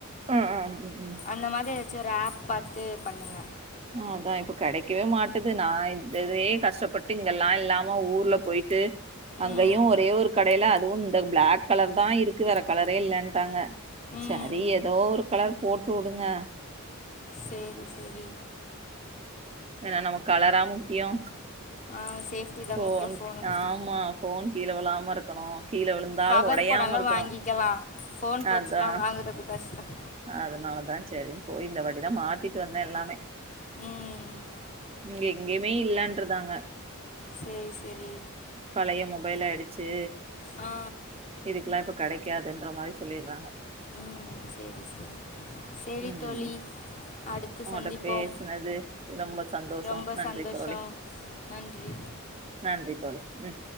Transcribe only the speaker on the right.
ம் ம் ம் ம்
அதா இப்ப கெடைக்கவே மாட்டுது நா இதவே கஷ்டப்பட்டு இங்கெல்லா எல்லா சும்மா ஊர்ல போய்ட்டு அங்கயு
ஒரே ஒரு கடையில அதுவு இந்த பிளாக் கலர் தா இருக்கு வேற கலரே இல்லன்ட்டாங்க
செரி எதோ ஒரு கலர் போட்டுவுடுங்க
ஏன்னா நமக்கு கலரா முக்கியோ
ஃபோன்
ஆமா ஃபோன் கீழ விழாம இருக்கணு கீழ விழுந்தாலு
ஒடயாம
இருக்கணு
அதா
அதனாலதா செரின்னு போய் இந்த வாட்டிதா மாத்திட்டு வந்தேன் எல்லாமே
இங்க எங்கேயுமே இல்லன்று இருந்தாங்க
பழைய மொபைல் ஆயிடுச்சு
இதுக்கலா இப்ப கெடைக்காதுன்ற மாறி சொல்லிட்றாங்க
ம்
உங்கட்ட
பேசுனது ரொம்ப சந்தோஷம்
நன்றி
தோழி
நன்றி தோழி ம்